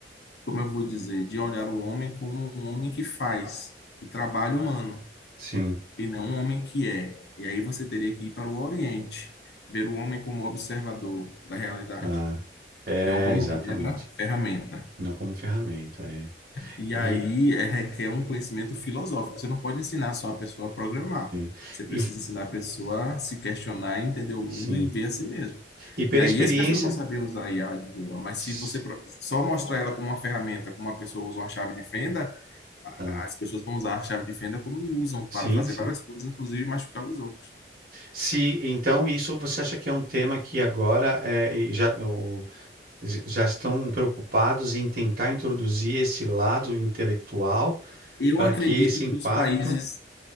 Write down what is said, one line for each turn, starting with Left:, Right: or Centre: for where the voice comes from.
Left: como eu vou dizer, de olhar o homem como um homem que faz o trabalho humano
Right: Sim,
Left: e não um homem que é. E aí você teria que ir para o Oriente, ver o homem como observador da realidade,
Right: tá. É,
Left: não como
Right: exatamente.
Left: mera ferramenta.
Right: Não como ferramenta, é.
Left: E
Right: E,
Left: aí é, requer um conhecimento filosófico. Você não pode ensinar só a pessoa a programar.
Right: sim.
Left: Você precisa
Right: E,
Left: ensinar a pessoa a se questionar, entender o mundo
Right: sim.
Left: e ver a si mesmo.
Right: E pela
Left: E aí
Right: experiência.
Left: as pessoas vão saber usar I a IA de boa, mas
Right: s-
Left: se você pro- só mostrar ela como uma ferramenta, como uma pessoa usa uma chave de fenda, a-
Right: ah,
Left: as pessoas vão usar a chave de fenda como usam
Right: sim,
Left: para fazer
Right: sim.
Left: várias coisas, inclusive machucar os outros.
Right: Se então isso você acha que é um tema que agora é, e já, o- já estão preocupados em tentar introduzir esse lado intelectual
Left: Eu
Right: para
Left: acredito
Right: que esse impacto
Left: que os países